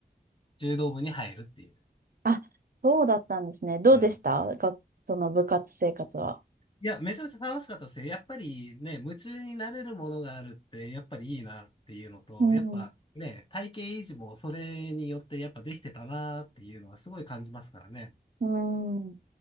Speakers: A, on the left; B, on the right.
A: 柔道部に入るっていう。
B: あ、そうだったんですね。どうでしたが、
A: うん。
B: その部活生活は。
A: いや、めちゃめちゃ楽しかったですよ。やっぱりね、夢中になれるものがあるって、やっぱりいいなっていうのと、
B: うん。
A: やっぱね、体型維持もそれによってやっぱできてたなっていうのはすごい感じますからね。
B: うん。